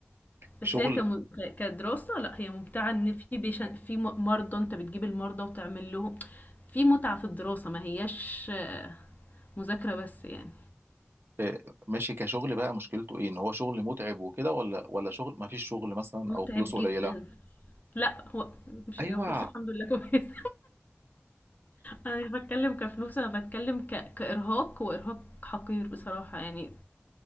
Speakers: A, on the right (about 60°); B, on the left (about 40°).
A: شغل
B: بس هي كم... ك- كدراسة لأ هي ممتعة إن في بيشن... في م- مرضى أنت بتجيب المرضى وتعمل لهم في متعة في الدراسة ما هياش آه، مذاكرة بس يعني
A: آه، ماشي كشغل بقى مشكلته ايه ان هو شغل متعب وكده ولا ولا شغل ما فيش شغل مثلا
B: متعب
A: او فلوسه
B: جدا
A: قليله
B: لا هو مش
A: ايوه
B: هي فلوس الحمد لله كويس انا مش بتكلم كفلوس انا بتكلم ك... كارهاق وارهاق حقير بصراحه يعني